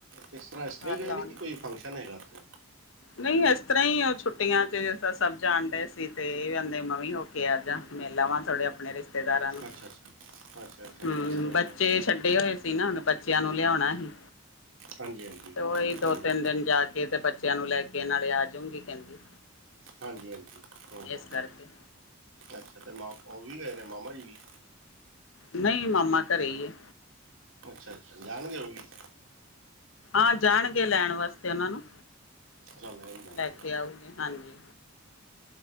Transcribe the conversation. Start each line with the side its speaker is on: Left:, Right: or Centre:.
Right: ਇਸ ਤਰ੍ਹਾਂ ਇਸ ਤਰ੍ਹਾਂ
Left: ਕੱਲ
Right: ਹੀ ਗਏ
Left: ਆਉਣ
Right: ਨੇ ਕਿ ਕੋਈ ਫੰਕਸ਼ਨ ਹੈਗਾ? ਓਥੇ
Left: ਨਹੀਂ ਇਸ ਤਰ੍ਹਾਂ ਹੀ ਉਹ ਛੁੱਟੀਆਂ ਚ ਜਿਸ ਤਰ੍ਹਾਂ ਸਭ ਜਾਣ ਦਏ ਸੀ ਤੇ ਇਹ ਕਹਿੰਦੇ ਮੈ ਵੀ ਹੋਕੇ ਆਜਾ। ਮੇਲਾ ਵਾਂ ਥੋੜੇ ਆਪਣੇ ਰਿਸ਼ਤੇਦਾਰਾਂ ਨੂੰ
Right: ਅੱਛਾ ਅੱਛਾ ਅੱਛਾ ਅੱਛਾ
Left: ਹੂੰ
Right: ਇਸ ਤਰ੍ਹਾਂ
Left: ਬੱਚੇ
Right: ਹੀ ਗਏ
Left: ਛੱਡੇ ਹੋਏ ਸੀ ਨਾ ਹੁਣ ਬੱਚਿਆਂ ਨੂੰ ਲਿਆਉਣਾ ਹੀ।
Right: ਹਾਂਜੀ ਹਾਂਜੀ
Left: ਤੇ ਉਹੀ ਦੋ
Right: ਹੂੰ
Left: ਤਿੰਨ ਦਿਨ ਜਾ ਕੇ ਤੇ ਬੱਚਿਆਂ ਨੂੰ ਲੈ ਕੇ ਨਾਲੇ ਆਜਊਗੀ ਕਹਿੰਦੀ।
Right: ਹਾਂਜੀ-ਹਾਂਜੀ ਹੂੰ-ਹੂੰ,
Left: ਇਸ ਕਰਕੇ
Right: ਅੱਛਾ ਅਤੇ। ਉਹ ਵੀ ਗਏ ਨੇ ਮਾਮਾ ਜੀ ਵੀ,
Left: ਨਹੀਂ ਮਾਮਾ ਘਰੇ ਹੀ ਹੈ,
Right: ਅੱਛਾ-ਅੱਛਾ ਜਾਣਗੇ ਉਹ ਵੀ,
Left: ਆ ਜਾਣਗੇ ਲੈਣ ਵਾਸਤੇ ਉਹਨਾਂ ਨੂੰ,
Right: ਲਗਦੇ ਹਾਜੀ,
Left: ਲੈ ਕੇ ਆਊਗੀ ਹਾਂਜੀ